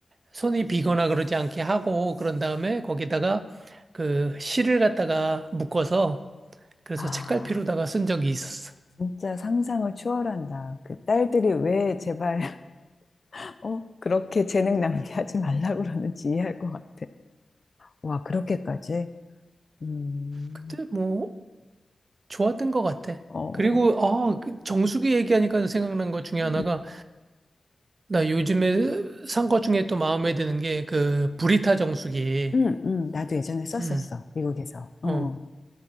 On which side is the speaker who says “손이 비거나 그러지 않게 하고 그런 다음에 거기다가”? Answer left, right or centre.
Right